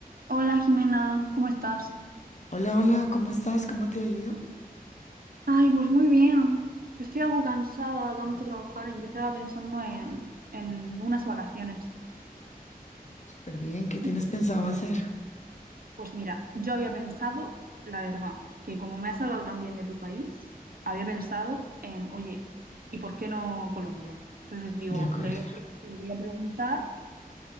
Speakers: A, on the right; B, on the left.
A: Hola Jimena, ¿cómo estás?
B: Hola, hola, ¿cómo estás? ¿Cómo te ha ido?
A: Ay, pues muy bien. Yo estoy algo cansada de tanto trabajar. Yo estaba pensando en, en unas vacaciones.
B: Súper bien, ¿qué tienes
A: Y
B: pensado hacer?
A: pues mira, yo había pensado, la verdad, que como me has hablado también de tu país, había pensado en, oye, ¿y por qué no Colombia? Entonces digo,
B: De acuerdo.
A: le voy a, pre- le voy a preguntar